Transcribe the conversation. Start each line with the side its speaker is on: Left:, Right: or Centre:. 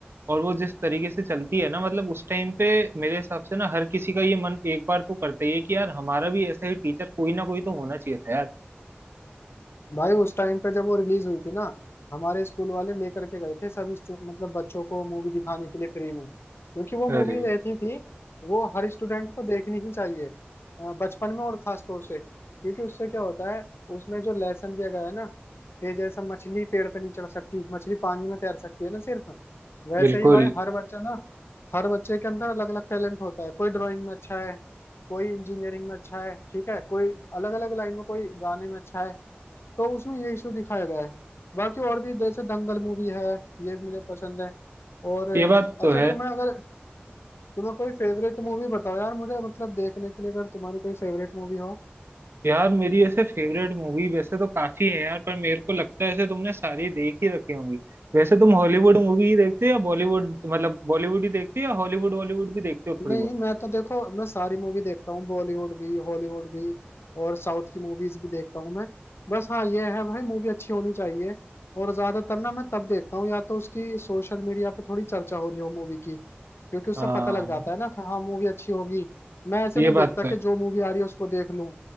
Right: और वो जिस तरीके से चलती है ना मतलब उस टाइम पे मेरे हिसाब से ना हर किसी का ये मन एक बार तो करता ही है कि यार हमारा भी ऐसा ही टीचर कोई ना कोई तो होना चाहिए था यार
Left: भाई उस टाइम पे जब वो रिलीज हुई थी ना हमारे स्कूल वाले लेकर के गए थे सभी स्टू- मतलब बच्चों को मूवी दिखाने के लिए फ्री में क्योंकि वो
Right: अरे
Left: मूवी रहती थी वो हर स्टूडेंट को देखनी ही चाहिए अ, बचपन में और खास तौर से क्योंकि उससे क्या होता है उसमें जो लेसन दिया गया है ना कि जैसे मछली पेड़ पे नहीं चढ़ सकती मछली पानी में तैर सकती है ना सिर्फ वैसे
Right: बिल्कुल
Left: ही भाई हर बच्चा ना हर बच्चे के अंदर अलग अलग टैलेंट होता है कोई ड्राइंग में अच्छा है कोई इंजीनियरिंग में अच्छा है ठीक है कोई अलग अलग लाइन में कोई गाने में अच्छा है तो उसमें ये इशू दिखाया गया है बाकी और भी जैसे दंगल मूवी है ये भी मुझे पसंद है और
Right: ये बात
Left: अच्छा
Right: तो है
Left: तुम्हें अगर तुम्हें कोई फेवरेट मूवी बताओ यार मुझे मतलब देखने के लिए अगर तुम्हारी कोई फेवरेट मूवी हो
Right: यार मेरी ऐसे फेवरेट मूवी वैसे तो काफी है यार पर मेरे को लगता है ऐसे तुमने सारी देख ही रखी होंगी वैसे तुम हॉलीवुड मूवी ही देखते हो या बॉलीवुड मतलब बॉलीवुड ही देखते हो या हॉलीवुड बॉलीवुड भी देखते हो थोड़ी
Left: नहीं
Right: बहुत
Left: मैं तो देखो मैं सारी मूवी देखता हूँ बॉलीवुड भी हॉलीवुड भी और साउथ की मूवीज भी देखता हूँ मैं बस हाँ ये है भाई मूवी अच्छी होनी चाहिए और ज्यादातर ना मैं तब देखता हूँ या तो उसकी सोशल मीडिया पे थोड़ी चर्चा हो रही हो मूवी की क्योंकि उससे
Right: हाँ
Left: पता लग जाता है ना कि हाँ मूवी अच्छी होगी मैं ऐसे
Right: ये
Left: नहीं देखता
Right: बात तो
Left: कि
Right: है
Left: जो मूवी आ रही है उसको देख लूँ